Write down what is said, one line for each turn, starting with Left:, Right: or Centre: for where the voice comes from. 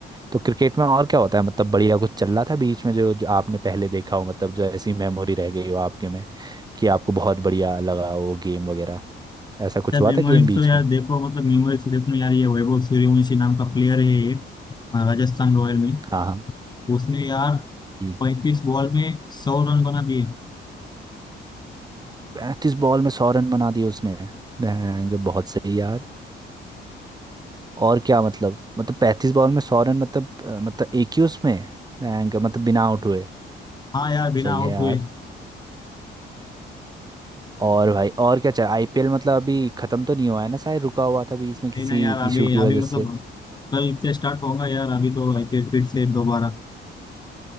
Right: तो क्रिकेट में और क्या होता है मतलब बढ़िया कुछ चल रहा था बीच में जो, जो आपने पहले देखा हो मतलब जो ऐसी मेमोरी रह गई हो आपके में कि आपको बहुत बढ़िया लगा वो गेम वगैरह ऐसा कुछ
Left: यार
Right: हुआ
Left: मेमोरीज
Right: था गेम बीच
Left: तो यार
Right: में
Left: देखो मतलब मेमोरीज तो देखो ना यार ये वैभव सूर्यवंशी नाम का प्लेयर है एक हाँ, राजस्थान रॉयल में
Right: हाँ हाँ
Left: उसने यार
Right: जी
Left: पैंतीस बॉल में सौ रन बना दिए
Right: पैंतीस बॉल में सौ रन बना दिए उसने बैंग बहुत सही यार और क्या मतलब मतलब पैंतीस बॉल में सौ रन मतलब अ, मतलब एक ही उसमें मैं क्या- मतलब बिना आउट हुए
Left: हाँ यार बिना
Right: सही
Left: आउट
Right: है यार
Left: हुए
Right: और भाई और क्या चाहिए आईपीएल मतलब अभी खत्म तो नहीं हुआ है ना शायद रुका हुआ था बीच में किसी
Left: नहीं ना यार
Right: इशू
Left: अभी
Right: की वजह
Left: अभी
Right: से
Left: मतलब कल से स्टार्ट होगा यार अभी तो आईपीएल फिर से दोबारा